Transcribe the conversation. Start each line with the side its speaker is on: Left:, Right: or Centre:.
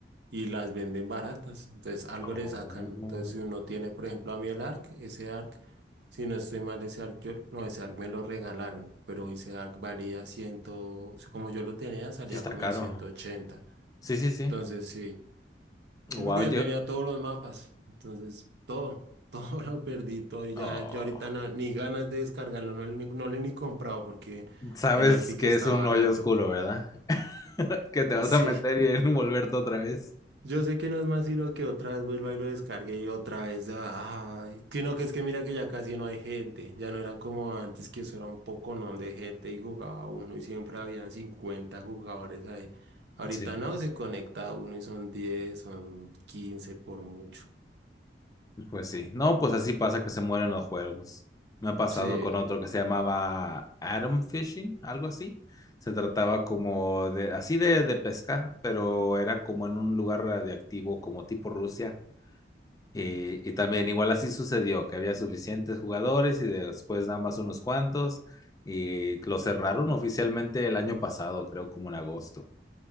Right: y las venden baratas. Entonces, algo
Left: Oh,
Right: le sacan. Entonces, si uno tiene, por ejemplo, a mí el ARC, ese ARC, si no estoy mal, ese ARC, yo, no, ese ARC me lo regalaron, pero ese ARC valía 100, como yo lo tenía, salía
Left: sí está
Right: como
Left: caro.
Right: en ciento ochenta
Left: Sí, sí, sí.
Right: Entonces, sí. Sí,
Left: Wow,
Right: porque
Left: yo...
Right: yo tenía todos los mapas, entonces todo, <laughs> todo lo perdí, todo y
Left: oh,
Right: ya yo ahorita no- ni ganas de descargarlo, no, le ni- no lo he ni comprado porque
Left: Sabes
Right: en Epic
Left: que
Right: está
Left: es un
Right: barato.
Left: hoyo oscuro, ¿verdad? <laughs> Que te vas
Right: <laughs>
Left: a meter
Right: Sí,
Left: y envolverte otra vez.
Right: yo sé que no es más sino que otra vez vuelva y lo descargue y otra vez, ay, sino que es que mira que ya casi no hay gente, ya no era como antes que eso era un poconón de gente y jugaba uno y siempre habían 50 jugadores ahí. Ahorita
Left: Sí.
Right: no, se conecta uno y son 10, son 15 por mucho.
Left: Pues sí, no, pues así pasa que se mueren los juegos. Me ha pasado
Right: Sí.
Left: con otro que se llamaba Atom Fishing, algo así. Se trataba como de, así de, de pesca, pero era como en un lugar radiactivo, como tipo Rusia. Y, y también igual así sucedió, que había suficientes jugadores y después nada más unos cuantos. Y lo cerraron oficialmente el año pasado, creo como en agosto.